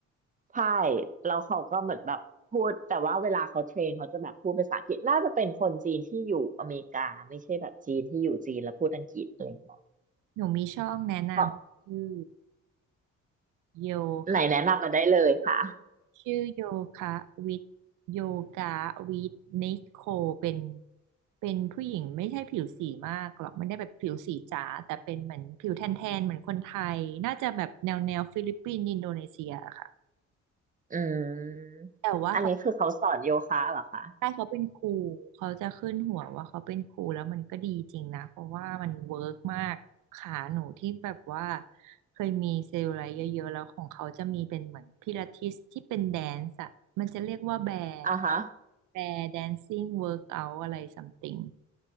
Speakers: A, on the right; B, on the right.
A: ใช่แล้วเขาก็เหมือนแบบพูดแต่ว่าเวลาเขาเทรนเขาจะแบบพูดภาษาอังกฤษน่าจะเป็นคนจีนที่อยู่อเมริกาไม่ใช่แบบจีนที่อยู่จีนแล้วพูดอังกฤษอะไรอย่างเงี้ย
B: หนูมีช่องแนะนำชื่อ
A: เพราะ
B: โยคะ
A: ไหนแนะนำมาได้เลยค่ะ
B: ชื่อโยคะวิทโยกาวิทนิโคเป็นเป็นผู้หญิงไม่ใช่ผิวสีมากหรอกไม่ได้แบบผิวสีจ๋าแต่เป็นเหมือนผิวแทนๆเหมือนคนไทยน่าจะแบบแนวแนวฟิลิปปินส์อินโดนีเซียอะค่ะ
A: อืม
B: แต่ว่าเขา
A: อันนี้คือเขาสอนโยคะเหรอคะ
B: ใช่เขาเป็นครูเขาจะขึ้นหัวว่าเขาเป็นครูแล้วมันก็ดีจริงนะเพราะว่ามันเวิร์กมากขาหนูที่แบบว่าเคยมีเซลล์อะไรเยอะๆแล้วของเขาจะมีเป็นเหมือนพิลาทิสที่เป็นแดนซ์อะมันจะเรียกว่าแบร์
A: อ่าฮะ
B: แบร์แดนซิ่งเวิร์กเอาอะไรซัมติง